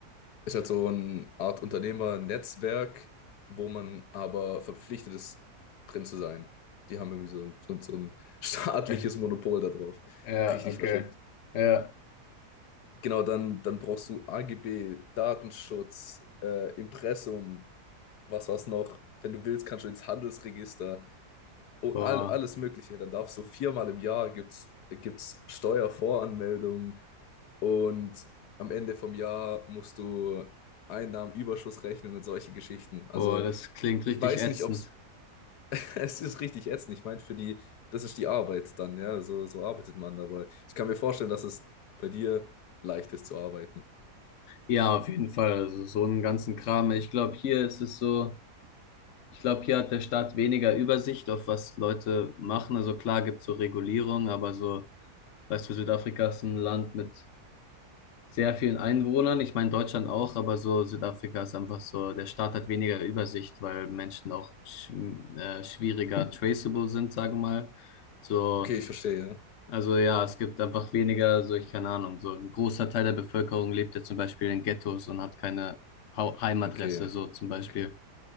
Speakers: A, on the left (about 80°); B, on the left (about 60°).
A: Ist halt so eine Art Unternehmernetzwerk, wo man aber verpflichtet ist, drin zu sein. Die haben irgendwie so ein, so ein, so ein <laughs> staatliches
B: Okay.
A: Monopol darauf.
B: Ja,
A: Richtig
B: okay.
A: verschickt.
B: Ja.
A: Genau, dann, dann brauchst du AGB, Datenschutz, äh, Impressum, was war's noch? Wenn du willst, kannst du ins Handelsregister. oh,
B: Boah,
A: all, alles Mögliche. Dann darfst du viermal im Jahr gibt's, gibt's Steuervoranmeldung und am Ende vom Jahr musst du Einnahmenüberschuss rechnen und solche Geschichten. Also
B: boah, das klingt
A: ich
B: richtig
A: weiß
B: ätzend.
A: nicht, ob es <laughs> es ist richtig ätzend. Ich meine, für die, das ist die Arbeit dann, ja, so, so arbeitet man. Aber ich kann mir vorstellen, dass es bei dir leicht ist zu arbeiten.
B: Ja, auf jeden Fall. Also so einen ganzen Kram. Ich glaube, hier ist es so, ich glaube, hier hat der Staat weniger Übersicht auf was Leute machen. Also klar gibt's so Regulierung, aber so, weißt du, Südafrika ist ein Land mit sehr vielen Einwohnern. Ich meine Deutschland auch, aber so Südafrika ist einfach so, der Staat hat weniger Übersicht, weil Menschen auch sch äh, schwieriger traceable sind, sage mal. So.
A: Okay, ich verstehe, ja.
B: Also ja, es gibt einfach weniger, so ich keine Ahnung, so ein großer Teil der Bevölkerung lebt ja zum Beispiel in Ghettos und hat keine Hau- Heimadresse,
A: Okay,
B: so zum Beispiel.
A: okay.